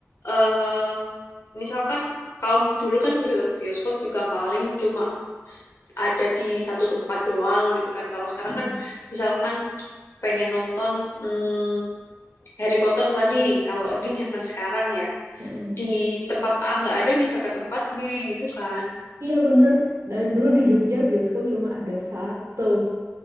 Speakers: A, on the left (about 65°); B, on the right (about 70°).
A: eh misalkan kalau dulu kan bio- bioskop juga paling cuma s- ada di satu tempat doang gitu kan. Kalau sekarang
B: Mm,
A: kan misalkan pengen nonton mm, Harry Potter tadi kalau di zaman sekarang ya
B: mm.
A: di tempat A nggak ada bisa ke tempat B gitu kan.
B: Iya bener. Dan dulu di Jogja bioskop cuma ada satu.